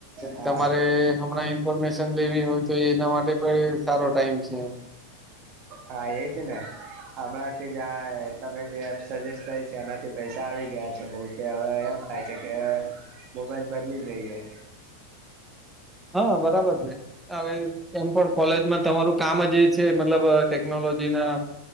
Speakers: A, on the right (about 40°); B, in the centre.
A: હા
B: તમારે હમણાંએ ઇફોર્મેશન લેવી હોય તો એના માટે સારો ટાઈમ છે એમ
A: હા એજને હમણાંથી આ તમે જે એપ સજેસ્ટ કરી છે એનાથી પૈસા આવી ગયા છે બોઉ કે અવે એમ થાય છે કે મોબાઈલ બદલી એ
B: હા બરાબર છે અવે એમ પણ કોલેજમાં તમારું કામ જ એ છે મતલબ ટેકનોલોજી ના